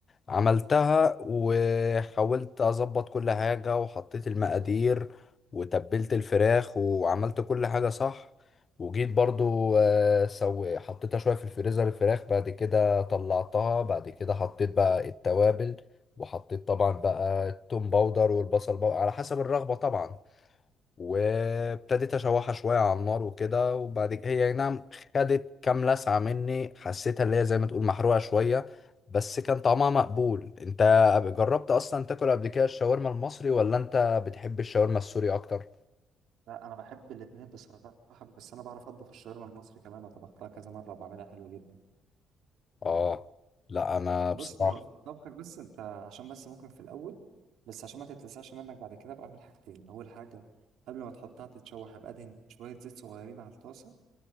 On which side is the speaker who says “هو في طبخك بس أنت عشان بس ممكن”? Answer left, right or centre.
Right